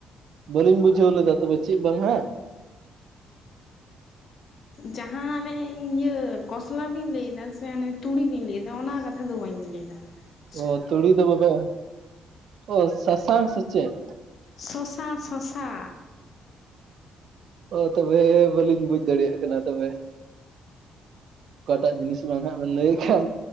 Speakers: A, on the right; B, on the left.
A: ᱵᱟᱹᱞᱤᱧ ᱵᱩᱡᱷᱟᱹᱣ ᱞᱮᱫᱟ ᱛᱚᱵᱮ ᱪᱮᱫ ᱵᱟᱝ ᱦᱟᱸᱜ?
B: ᱡᱟᱦᱟᱸ ᱦᱟᱱᱮ ᱤᱭᱟᱹ ᱠᱚᱥᱞᱟ ᱵᱤᱱ ᱞᱮᱭᱫᱟ ᱥᱮ ᱦᱟᱱᱮ ᱛᱩᱲᱤ ᱵᱤᱱ ᱞᱮᱭᱮᱫᱟ ᱚᱱᱟ ᱠᱟᱛᱷᱟ ᱫᱚ ᱵᱟᱹᱧ ᱞᱮᱭ <unintelligible>
A: ᱚ ᱛᱩᱲᱤ ᱫᱚ ᱵᱟᱵᱮ, ᱚ ᱥᱟᱥᱟᱝ ᱥᱮ ᱪᱮᱫ?
B: ᱥᱚᱥᱟ ᱥᱚᱥᱟ᱾
A: ᱚ ᱛᱚᱵᱮ ᱵᱟᱹᱞᱤᱧ ᱵᱩᱡᱽ ᱫᱟᱲᱮᱭᱟᱜ ᱠᱟᱱᱟ ᱛᱚᱵᱮ᱾ ᱚᱠᱟᱴᱟᱜ ᱡᱤᱱᱤᱥ ᱵᱟᱝ ᱦᱟᱸᱜ ᱵᱮᱱ ᱞᱟᱹᱭ ᱠᱷᱟᱱ,